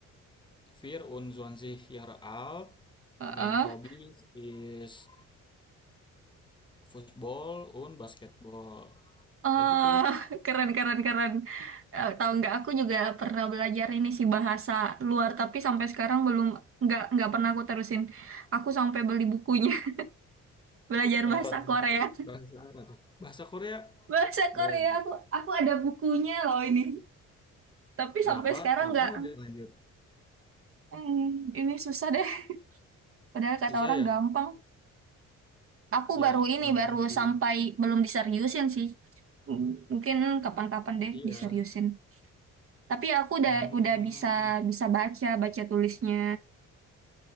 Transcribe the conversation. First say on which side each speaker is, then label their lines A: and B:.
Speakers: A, on the left (about 15°); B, on the right (about 45°).
A: wir und 20 Jahre alt
B: Heeh.
A: main hobby is football und basketball
B: Oh,
A: kayak gitu
B: <laughs> keren, keren, keren. Eh, tahu nggak? Aku juga pernah belajar ini sih bahasa luar, tapi sampai sekarang belum nggak nggak pernah aku terusin. Aku sampai beli bukunya <laughs> belajar
A: kenapa
B: bahasa
A: tuh?
B: Korea.
A: bahasa apa tuh bahasa Korea
B: Bahasa Korea
A: Be-
B: aku aku ada bukunya loh ini. Tapi
A: Kenapa?
B: sampai sekarang
A: Kenapa
B: nggak.
A: nggak dilanjut?
B: Hmm, ini susah deh. Padahal
A: Susah
B: kata orang
A: ya?
B: gampang. Aku
A: Ya,
B: baru ini
A: memang
B: baru
A: sih.
B: sampai belum diseriusin sih. Hmm, Mungkin kapan-kapan deh
A: Iya.
B: diseriusin. Tapi aku udah
A: Hmm.
B: udah bisa bisa baca baca tulisnya.